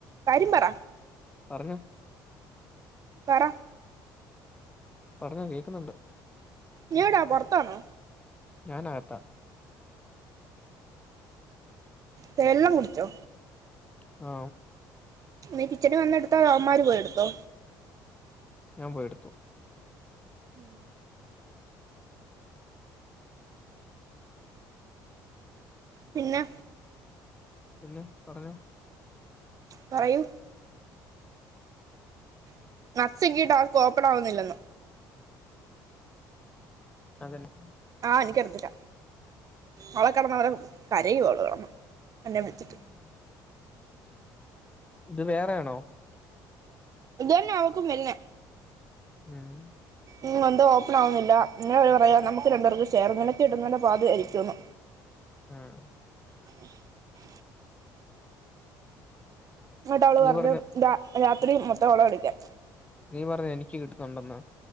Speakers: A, on the right; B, on the left.
A: കര്യം പറ
B: പറഞ്ഞോ
A: പറ
B: പറഞ്ഞോകേൾക്കുന്നുണ്ട്
A: നീഎവിടെയാ പെർത്താണോ
B: ഞാനാകത്താ
A: തെല്ലം കുടിച്ചോ
B: ആ
A: നീ കിച്ചന് വന്നെടുത്തോ അവമാര് പോയ എടുത്തോ
B: ഞാൻ പോയ എടുത്തു
A: ഉം പിന്നെ
B: പിന്നെ പറഞ്ഞോ
A: പറയൂ <unintelligible> അവർക്ക് ഓപ്പൺ ആവുന്നില്ലന്ന്
B: അതന്നാ
A: ആ നിക്ക ടുത്തിട്ടാ അവളെ കിടന്നാ കരകരയും അവൾ കിടന്ന്
B: <inaudible>
A: എന്നെ വിളിച്ചിട്ട്
B: ഇത് വേറെ ണോ
A: ഇത് തന്നെ അവക്കും പിന്നെ
B: ഉം
A: ഉ വന്തോ ഓപ്പൺ ആവുന്നില്ല ഇങ്ങനെ പറയാം നമുക്ക് രണ്ടുപേർക്ക് ചെയേർ നിനക്ക് കിട്ടുന്ന് പാതി ആരിക്കുമന്നു
B: ആഹ
A: ആ എന്നിട്ട് അവള്
B: നീ
A: പറഞ്ഞു
B: പറഞ്ഞ
A: ഇാ രാത്രി മൊത്തം അവളെ വിളിക്കാം
B: നീ പറഞ്ഞ എനിക്ക് കിട്ടുന്നുണ്ടെന്നു